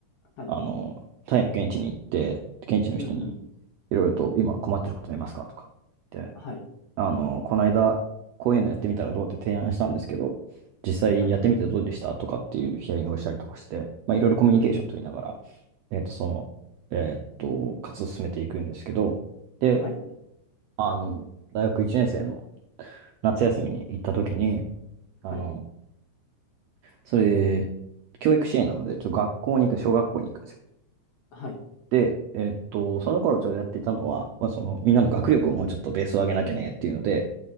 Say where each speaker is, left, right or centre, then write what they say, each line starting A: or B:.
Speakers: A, on the left; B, on the right.
A: はい、
B: あの、タイの現地に行って、現地の人に
A: うんうん、
B: いろいろと今困ってることありますかとか。で、
A: はい、
B: あの、この間、こういうのやってみたらどうって提案したんですけど、実際やってみてどうでしたとかっていうヒアリングをしたりとかして、
A: はい、
B: まあ、いろいろコミュニケーション取りながら、
A: うんうん、
B: えっと、その、えっと、活動を進めていくんですけど、で、
A: はい、
B: あの、大学1年生の夏休みに行った時に、あの、
A: はい、
B: それ、教育支援なので、ちょっと学校に行く、小学校に行くんですよ。
A: はい、
B: で、えっと、その頃ちょうどやっていたのは、まあ、その、みんなの学力をもうちょっとベースを上げなきゃねっていうので、